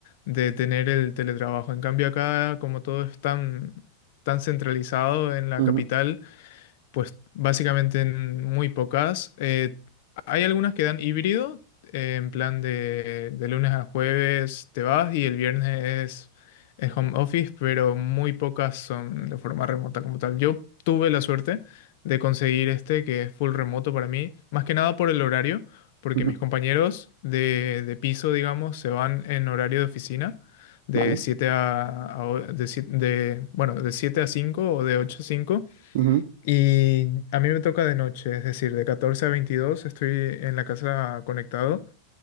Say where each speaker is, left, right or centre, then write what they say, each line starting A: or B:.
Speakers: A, on the left; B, on the right.
A: de tener el teletrabajo. En cambio acá, como todo es tan, tan centralizado en la
B: Ujú.
A: capital, pues básicamente en muy pocas. Eh, hay algunas que dan híbrido, eh, en plan de, de lunes a jueves te vas y el viernes es, es home office, pero muy pocas son de forma remota como tal. Yo tuve la suerte de conseguir este que es full remoto para mí, más que nada por el horario, porque
B: Ujú,
A: mis compañeros de, de piso, digamos, se van en horario de oficina. De
B: Vale.
A: 7 a, a o- de, si- de- bueno, de 7 a 5 o de 8 a 5
B: Ujú.
A: y a mí me toca de noche, es decir, de 14 a 22 estoy en la casa conectado.